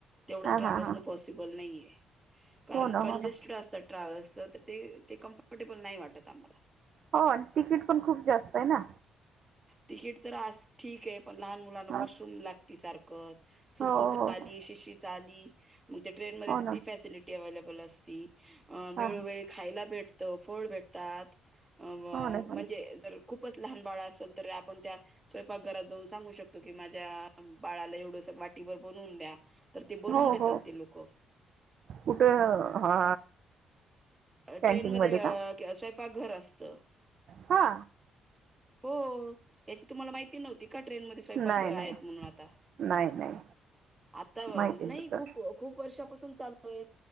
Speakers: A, on the right (about 15°); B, on the right (about 60°).
A: तेवढा
B: हा
A: ट्रॅव्हस
B: हा हा
A: न पोस सिबल नाही आहे. कारण
B: हो ना
A: कन्जेस्टेड
B: हो ना
A: असतात ट्रॅव्हल्सच तर ते ते कम्फर्टेबल नाही वाटत आम्हाला.
B: हो तिकीट पण खूप जास्त आहे ना.
A: तिकीट तर आस ठीक आहे, पण लहान मुलांना
B: ह
A: वॉशरूम लागते सारखंच सुसू
B: हो
A: च
B: हो हो
A: आली, शिशी च आली मग त्या ट्रेनमध्ये
B: हो
A: ती
B: ना
A: फॅसिलिटी अवलेबल असती अ
B: हा
A: वेळोवेळी खायला भेटत, फळ भेटतात, अ व
B: हो ना हो
A: म्हणजे जर खूपच लहान बाळ अस असल तर आपण त्या स्वयंपाकघरात जाऊन सांगू शकतो की माझ्या बाळाला एवढंस वाटीभर बनवून द्या. तर ते
B: ना
A: बनवून
B: हो
A: देतात
B: हो
A: ते लोक.
B: कुठं
A: <unintelligible>
B: हा
A: अ
B: कॅन्टीन
A: ट्रेन मध्ये अ
B: का
A: स्वयंपाक घर असतं.
B: हा.
A: हो याची तुम्हाला माहिती नव्हती का ट्रेनमध्ये स्वयंपाकघरं
B: नाही नाही
A: आहेत म्हणून आता?
B: नाही नाही
A: आता
B: माहिती
A: अ
B: नव्हतं
A: नाही खूप, खूप वर्षापासून चालू आहेत,